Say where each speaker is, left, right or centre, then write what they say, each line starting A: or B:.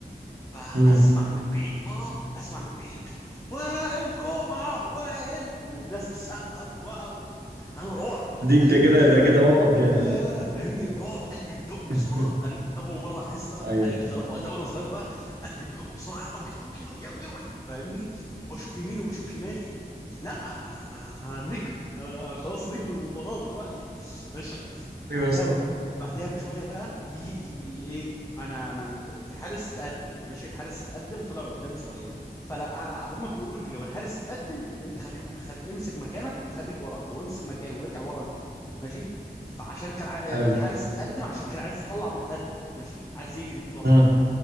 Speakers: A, on the left; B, on the right.
A: فاسمع
B: مم.
A: من بعيد بقى اسمع من بعيد وائل جمعه وائل والناس تسقف وقعوا انا رعب انا
B: دي
A: قلبي
B: ده كده
A: كده
B: ده
A: بقى
B: كده موقف جامد
A: آه فاهمني رعب قلبي بيدق بسرعه
B: <laughs>
A: قلبي اول مره احس بقى
B: ايوه
A: أنا خلاص وقتها وانا صغير بقى قلبي بيدق بسرعه قوي قوي قوي قوي قوي فاهمني وبشوف يميني وبشوف شمالي لا انا انا انا نجم انا خلاص نجم المباراه دلوقتي ماشي
B: ايوه
A: بعدها
B: يا اسطى
A: بعدها بشويه بقى يجي انا انا الحارس اتقدم ماشي الحارس اتقدم طلع قدام شويه فلا هم بيقولوا لي لو الحارس اتقدم انت خليك م- خل... امسك مكانك وخليك ورا او امسك مكانه وارجع ورا انت ماشي فعشان كان ع- آه، آه،
B: حلو
A: الحارس اتقدم عشان كان عايز يطلع مرتده ماشي عايز يجري بسرعه
B: مم.